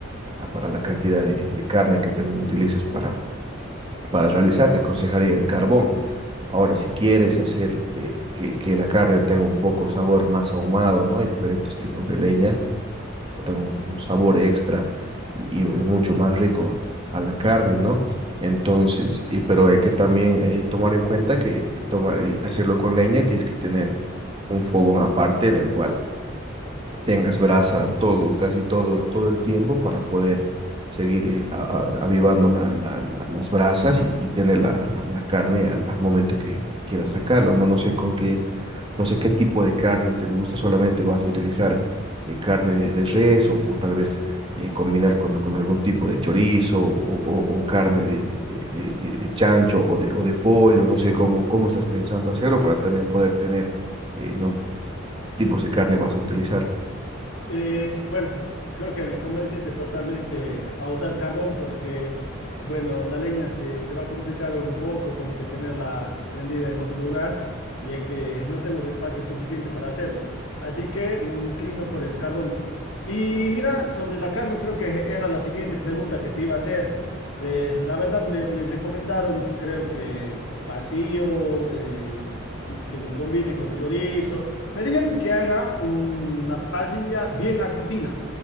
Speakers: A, on the right (about 25°); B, on the left (about 70°).
A: para la cantidad de, de carne que también utilices para, para realizar, te aconsejaría el carbón. Ahora, si quieres hacer eh, que, que la carne tenga un poco sabor más ahumado, ¿no? Hay diferentes tipos de leñas un, un sabor extra y, y mucho más rico a la carne, ¿no? Entonces, y, pero hay que también eh, tomar en cuenta que eh, tomar, eh, hacerlo con leña tienes que tener un fogón aparte en el cual tengas brasa todo, casi todo, todo el tiempo para poder seguir eh, a- a- avivando la- la- la- las brasas y, y tener la, la- la carne al, al momento que quieras sacarlo, ¿no? No sé con qué, no sé qué tipo de carne te gusta, solamente vas a utilizar eh, carne de, de res o, o tal vez eh, combinar con, con algún tipo de chorizo o, o- o carne de, de- de- de- de chancho o de, o de pollo, no sé cómo, cómo estás pensando hacerlo para también poder tener eh, no tipos de carne vas a utilizar.
B: Eh, bueno, creo que me convenciste totalmente a usar carbón porque, bueno, la leña se, se va a complicar un poco, como que tenerla prendida en otro lugar, ya que no tengo el espacio suficiente para hacerlo. Así que me inclino por el carbón. Y mira, sobre la carne, creo que era la siguiente pregunta que te iba a hacer. Eh, la verdad, me, me recomendaron, creo que vacío, eh, que lo combine con chorizo. Me dijeron que haga una parrilla bien argentina.